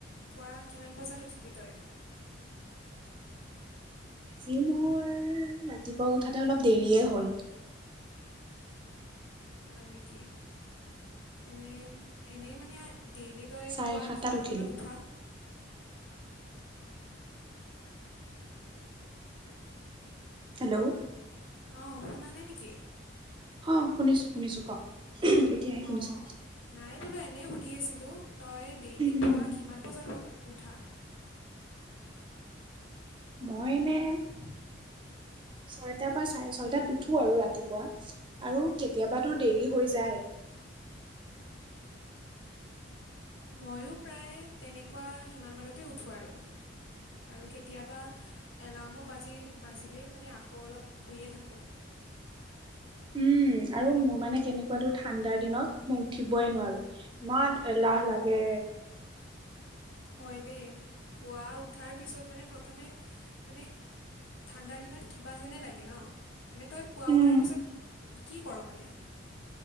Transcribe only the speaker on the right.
আজি মোৰ ৰাতিপুৱা উঠাতে অলপ দেৰিয়ে হ'ল।
চাৰে
সাতটাত
উঠিলো
হেল্ল'?
অ', শুনিছো শুনিছো ক। এতিয়াহে শুনিছো
উম
মই এনে ছয়টাৰ পৰা চাৰে ছয়টাত উঠো আৰু ৰাতিপুৱা। আৰু কেতিয়াবাতো দেৰি হৈ যায়।
উম আৰু মোৰ মানে কেনেকুৱা তোৰ ঠাণ্ডাৰ দিনত মই উঠিবই নোৱাৰো। ইমান এলাহ লাগে।
উম,